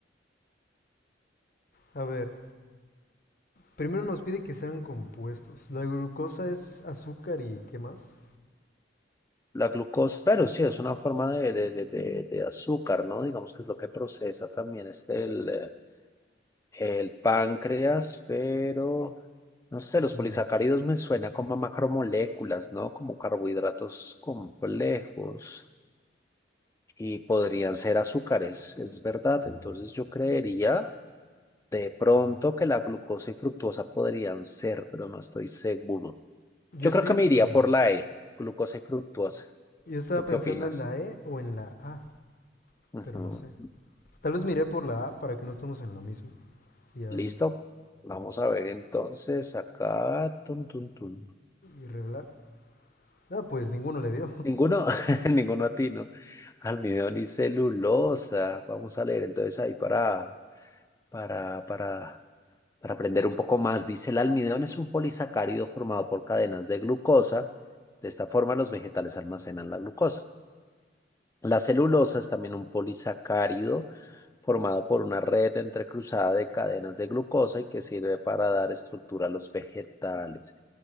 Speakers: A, on the left (about 50°); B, on the left (about 15°).
A: a ver. Primero nos pide que sean compuestos. La glucosa es azúcar y ¿qué más?
B: La glucosa, pero sí, es una forma de, de, de, de- de azúcar, ¿no? Digamos que es lo que procesa también este, el, eh, El páncreas, pero no sé, los
A: Mm.
B: polisacáridos me suena como a macromoléculas, ¿no? Como carbohidratos complejos y podrían ser azúcares, es verdad. Entonces yo creería de pronto que la glucosa y fructuosa podrían ser, pero no estoy seguro.
A: Yo
B: Yo
A: estoy
B: creo que
A: entre...
B: me iría por la E, glucosa y fructuosa.
A: Yo estaba
B: ¿Tú
A: pensando
B: qué opinas?
A: en la E o en la A.
B: Ujú.
A: Pero no sé. Tal vez miré por la A para que no estemos en lo mismo. Y a
B: ¿Listo?
A: ver,
B: Vamos a ver entonces acá. Tun, tun, tun.
A: y revelar. Ah, pues ninguno le dio.
B: Ninguno, <laughs> ninguno atino. Almidón y celulosa. Vamos a leer entonces ahí para, para, para, para aprender un poco más. Dice, el almidón es un polisacárido formado por cadenas de glucosa. De esta forma, los vegetales almacenan la glucosa. La celulosa es también un polisacárido formado por una red entrecruzada de cadenas de glucosa y que sirve para dar estructura a los vegetales.